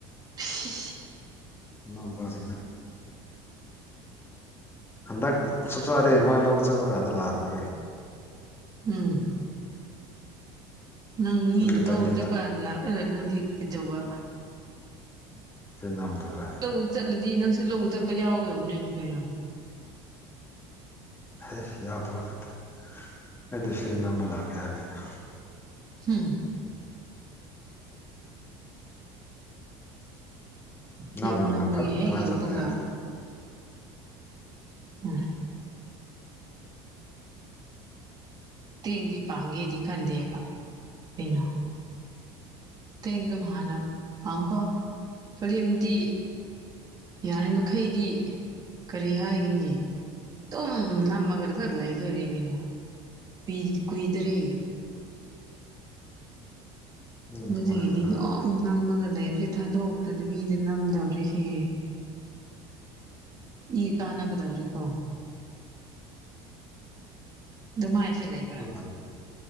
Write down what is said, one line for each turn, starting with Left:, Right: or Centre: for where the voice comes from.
Right: <unintelligible>
Left: <inaudible> ꯍꯟꯗꯛ ꯁꯨꯛꯁꯥꯗꯩ ꯃꫭꯏ ꯂꯧ ꯆꯠꯂꯥ ꯀꯥꯟꯗ ꯂꯥꯛꯔꯒꯦ꯫
Right: ꯎꯝ ꯅꯪ ꯃꯤꯅ
Left: ꯑꯗꯨꯒꯤ
Right: ꯂꯧ
Left: ꯇꯥꯏꯃꯤꯡꯗ
Right: ꯆꯇꯄ ꯉꯥꯟꯗ ꯂꯥꯛ ꯔꯨꯒ ꯅꯪꯗꯤ ꯀꯩꯗꯧꯕ꯫
Left: ꯐꯤꯜꯃ ꯅꯝꯗꫭꯏꯕ ꯑꯩꯅ꯫
Right: ꯂꯧ ꯆꯠꯂꯗꯤ ꯅꯪꯁꯨ ꯂꯧ ꯆꯠꯄ ꯌꯥꯎꯒꯗꯧꯕꯅꯤꯅꯦ ꯀꯩꯅꯣ꯫
Left: ꯍꯦ ꯌꯥꯎꯗꯧꯕ ꯅꯠꯇꯦ ꯑꯩꯗꯤ ꯐꯤꯂꯝ ꯅꯝꯕ ꯂꯥꯛꯀꯦ ꯍꯥꯏꯕꯅꯤꯗ꯫
Right: ꯍꯨꯝ꯫ ꯐꯤꯂꯝ
Left: ꯅꯝ ꯅꯝꯒ
Right: ꯅꯝꯕꯒꯤ
Left: ꯐꯠ
Right: ꯍꯦꯛ
Left: ꯇꯣꯉꯥꯟ
Right: ꯌꯧꯕꯒ
Left: ꯆꯠꯄ ꯌꯥꯔꯦꯅ
Right: <unintelligible> ꯇꯦꯡꯗꯤ ꯄꯥꯡꯒꯦꯗꯤ ꯈꯟꯗꯦꯕ ꯀꯩꯅꯣ꯫ ꯇꯦꯡꯗꯨꯝ ꯍꯥꯟ ꯄꯥꯡꯈꯣ꯫ ꯐꯤꯂꯝꯗꯤ ꯌꯥꯔꯤ ꯃꯈꯩꯗꯤ ꯀꯔꯤ ꯍꯥꯏꯒꯅꯤ꯫ ꯏ ꯇꯨꯝ ꯎꯝ ꯅꯝꯒ ꯈꯔ ꯂꯩꯗꯧꯔꯤ ꯀꯩꯅꯣ ꯀꯨꯏ ꯀꯨꯏꯗꯔꯦ꯫
Left: ꯅꯪ
Right: ꯑꯗꯨꯗꯒꯤꯗꯤ
Left: ꯑꯗꯨꯃꯥꯏꯅ ꯉꯥꯡꯕꯗꯤ
Right: ꯑꯗꯨꯝ ꯅꯝꯃꯒ ꯂꯩꯕꯁꯦ ꯊꯥꯗꯣꯛꯇꯗꯕꯤꯗ ꯅꯝꯗꯧꯔꯤꯁꯤ꯫ ꯏ ꯀꯥꯟꯅꯒꯗꯧꯔꯤꯀꯣ꯫ ꯑꯗꯨꯃꯥꯏꯁꯦ ꯂꯩ
Left: ꯅꯝꯍꯟ